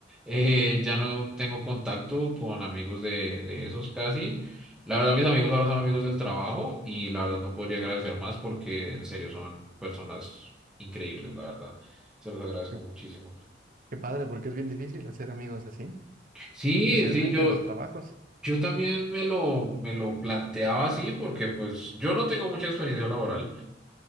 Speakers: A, in the centre; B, on the right (about 50°).
A: Eh, ya no tengo contacto con amigos de, de esos casi. La verdad, mis amigos ahora son amigos del trabajo y la verdad no podría agradecer más porque en serio son personas increíbles, la verdad. Se los agradezco
B: Qué,
A: muchísimo.
B: qué padre, porque es bien difícil hacer amigos así.
A: Sí,
B: Especialmente
A: sí, yo,
B: en los trabajos.
A: yo también me lo, me lo planteaba así porque pues yo no tengo mucha experiencia laboral,